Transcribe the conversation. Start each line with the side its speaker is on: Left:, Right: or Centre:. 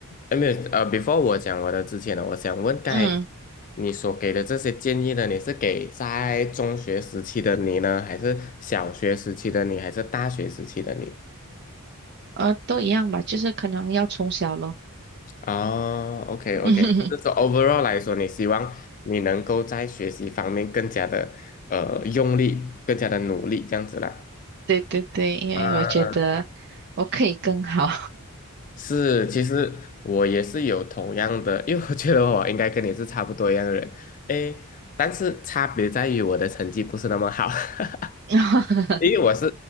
Left: 哎，没有，呃，before 我讲我的之前呢，我想问，刚才
Right: 嗯，
Left: 你所给的这些建议呢，你是给在中学时期的你呢，还是小学时期的你，还是大学时期的你？
Right: 呃，都一样吧，就是可能要从小咯。
Left: 哦，OK，OK，
Right: <laughs>
Left: 就是说 overall 来说，你希望你能够在学习方面更加的呃用力，更加的努力，这样子啦。
Right: 对对对，因为我觉得我可以更好。
Left: 啊是，其实我也是有同样的，因为我觉得我应该跟你是差不多一样的人，诶，但是差别在于我的成绩不是那么好，<laughs>
Right: <laughs>
Left: 因为我是